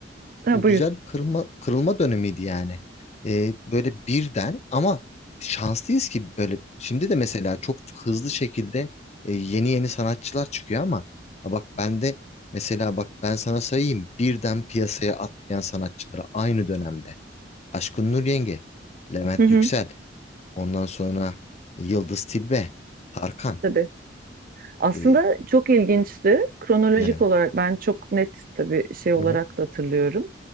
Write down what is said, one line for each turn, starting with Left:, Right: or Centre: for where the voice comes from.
Right: ha,
Left: O
Right: buyur.
Left: güzel bir kırılma, kırılma dönemiydi yani. Ee, böyle birden ama şanslıyız ki böyle şimdi de mesela çok hızlı şekilde e, yeni yeni sanatçılar çıkıyor ama ha bak ben de mesela bak ben sana sayayım birden piyasaya atlayan sanatçıları aynı dönemde. Aşkın Nur Yenge, Levent
Right: Hı hı,
Left: Yüksel, ondan sonra Yıldız Tilbe, Tarkan
Right: tabii. Aslında
Left: Ee,
Right: çok ilginçti. Kronolojik
Left: yani.
Right: olarak ben çok net tabii şey olarak
Left: Hı hı.
Right: da hatırlıyorum.